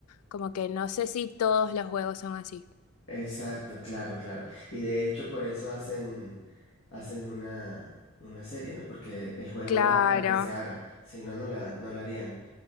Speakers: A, on the left; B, on the left.
A: Como que no sé si todos los juegos son así.
B: Exacto, claro, claro. Y de hecho por eso hacen, hacen una, una serie, ¿no? Porque el juego
A: Claro,
B: da para que se haga, si no, no la, no la harían.